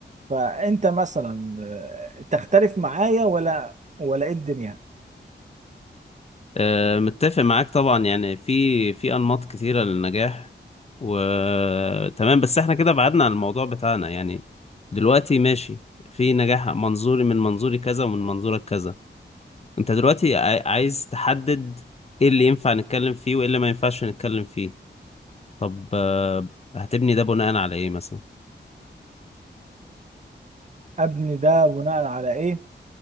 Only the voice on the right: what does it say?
فانت مثلا آه، تختلف معايا ولا ولا ايه الدنيا
ابني ده بناء على ايه